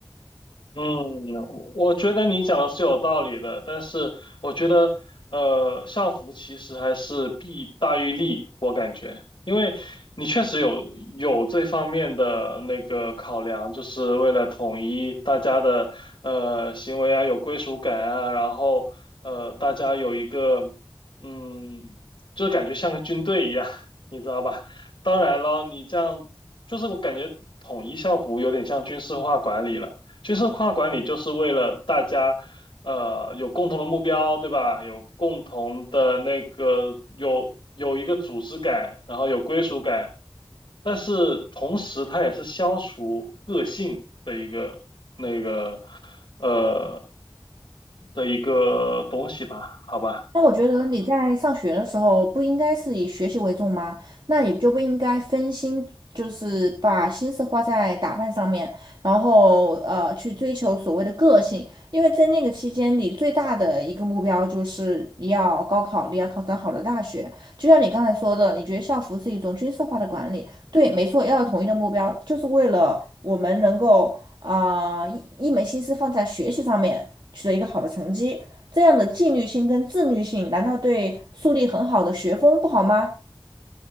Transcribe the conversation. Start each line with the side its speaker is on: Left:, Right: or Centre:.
Left: 嗯，我觉得你讲的是有道理的，但是我觉得，呃，校服其实还是弊大于利，我感觉，因为你确实有有这方面的那个考量，就是为了统一大家的呃行为啊，有归属感啊，然后呃，大家有一个嗯，就感觉像个军队一样，<laughs> 你知道吧？当然了，你这样就是我感觉统一校服有点像军事化管理了。军事化管理就是为了大家，呃，有共同的目标，对吧？有共同的那个，有有一个组织感，然后有归属感，但是同时它也是消除个性的一个那个呃的一个东西吧，好吧。
Right: 那我觉得你在上学的时候不应该是以学习为重吗？那你就不应该分心，就是把心思花在打扮上面，然后呃去追求所谓的个性，因为在那个期间，你最大的一个目标就是你要高考，你要考上好的大学。就像你刚才说的，你觉得校服是一种军事化的管理，对，没错，要有统一的目标，就是为了我们能够啊、呃一一门心思放在学习上面，取得一个好的成绩。这样的纪律性跟自律性，难道对树立很好的学风不好吗？